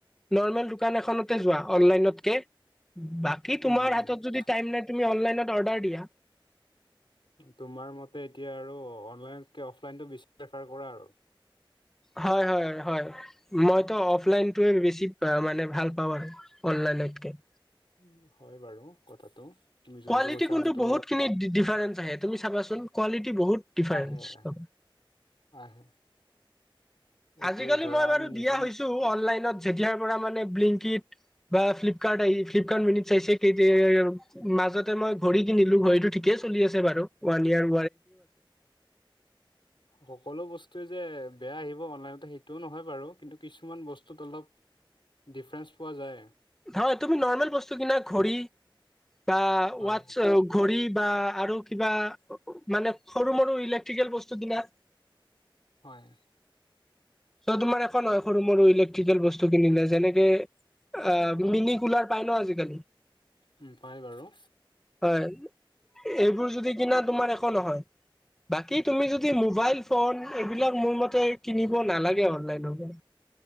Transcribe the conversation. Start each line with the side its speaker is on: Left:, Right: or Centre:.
Centre: নৰ্মেল দোকান এখনতে যোৱা অনলাইনত কে বাকী
Left: উম
Centre: তোমাৰ
Left: উম।
Centre: হাতত যদি টাই নাই তুমি অনলাইনত অৰ্ডাৰ দিয়া।
Left: তোমাৰ মতে এতিয়া আৰু অনলাইনকে অফলাইনতটো বেছি প্ৰেফাৰ কৰা আৰু
Centre: হয় হয় হয় মইতো অফলাইনটোয়ে বেছি মানে ভাল পাওঁ আৰু অনলাইনত লাইনতকে-
Left: উ হয় বাৰু কথাটো। তুমি যোনটো
Centre: কোৱেলিটি
Left: কৈছা
Centre: কোনটো
Left: সোনটো
Centre: বহুতখিনি ডিফাৰেন্ট- তুমি চাবাচোন কোৱালিটি বহুত ডিফাৰেঞ্চ-
Left: আহে আহে আহে এইটো
Centre: আজিকালি
Left: ধৰা
Centre: মই বাৰু
Left: আমি নিজে
Centre: দিয়া হৈছো অনলাইনত যেতিয়াৰ পৰা মানে ব্লিংকিট বা ফ্লিপকাৰ্ট আহি ফ্লিপকাৰ্ট মিনিট আহিছে মাজতে মই ঘড়ী কিনিলো ঘড়ীটো ঠিকে। চলি আছে বাৰু ৱান ইয়েৰ
Left: সকলো বস্তুৱে- যে বেয়া আহিব অনলাইনতে সেইটোও নহয় বাৰু কিন্তু কিছুমান বস্তুত অলপ ডিফাৰেন্স পোৱা যায়।
Centre: নহয় তুমি নৰ্মেল বস্তু কিনা ঘড়ী বা
Left: হয়
Centre: ৱাছ ঘড়ী বা আৰু কিবা মানে সৰু মৰু ইলেক্ট্ৰিকেল বস্তু কিনা
Left: হয়
Centre: সেইটো মানে একো নহয় সৰু মৰু ইলেক্ট্ৰিকেল বস্তু কিনিলে যেনেকে এ মিনি কুলাৰ পাই ন আজিকালি
Left: উম পাই। বাৰু
Centre: হয় এইবোৰ যদি কিনা তোমাৰ একো নহয় বাকী তুমি যদি মোবাইল ফোন এইবিলাক মোৰ মতে কিনিব নালাগে অনলাইন- <inaudible>